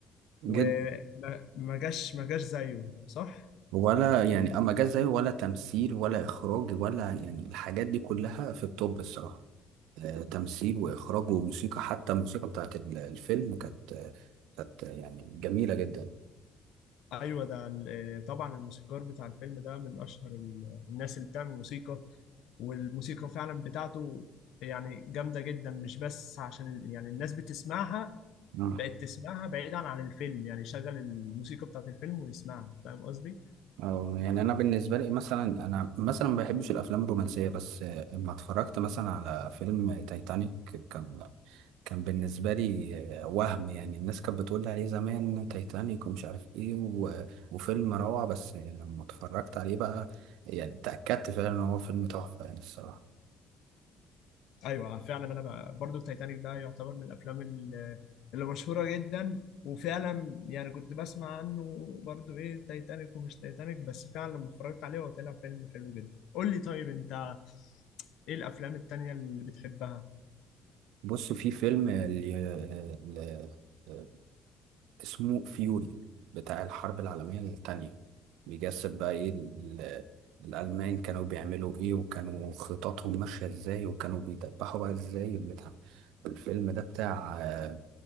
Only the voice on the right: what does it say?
جد
ولا يعني اما جه زيه ولا تمثيل ولا اخراج ولا يعني الحاجات دي كلها في التوب الصراحه آه تمثيل واخراج وموسيقى حتى الموسيقى بتاعت ال- الفيلم كانت آه، كانت آه، يعني جميله جدا
آه.
آه، يعني انا بالنسبه لي مثلا انا مثلا ما بحبش الافلام الرومانسيه بس آه، لما اتفرجت مثلا على فيلم تايتانيك كان كان بالنسبة لي آه، وهم يعني الناس كانت بتقول لي عليه زمان تايتانيك ومش عارف ايه و... وفيلم روعة بس يعني لما اتفرجت عليه بقى يعني تأكدت فعلا ان هو فيلم تحفة يعني الصراحة
بص في فيلم ال... ال... ال- اسمه فيوري بتاع الحرب العالمية التانية بيجسد بقى ايه ال... الألمان كانوا بيعملوا ايه وكانوا خططهم ماشية ازاي وكانوا بيدبحوا بقى ازاي البتاع الفيلم ده بتاع آه،